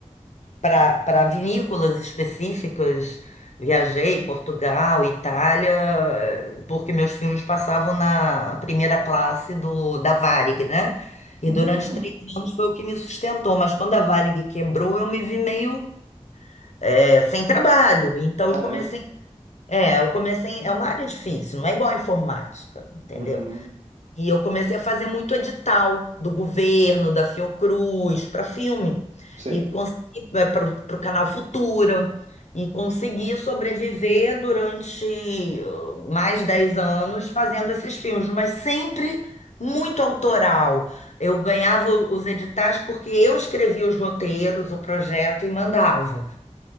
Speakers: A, on the left; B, on the right.
A: para para vinícolas específicas, viajei Portugal, Itália, eh, porque meus filmes passavam na primeira classe do da Varig, né? E
B: Hum,
A: durante três anos foi o que me sustentou, mas quando a Varig quebrou eu me vi meio é, sem trabalho,
B: ah,
A: então
B: caramba.
A: eu comecei é, eu comecei. É uma área difícil, não é igual a informática, entendeu?
B: Uhum.
A: E eu comecei a fazer muito edital do governo, da Fiocruz, para filme.
B: Sei.
A: E consegui para o canal Futura. E consegui sobreviver durante uh, mais 10 anos fazendo esses filmes, mas sempre muito autoral. Eu ganhava os editais porque eu escrevia os roteiros, o projeto e mandava.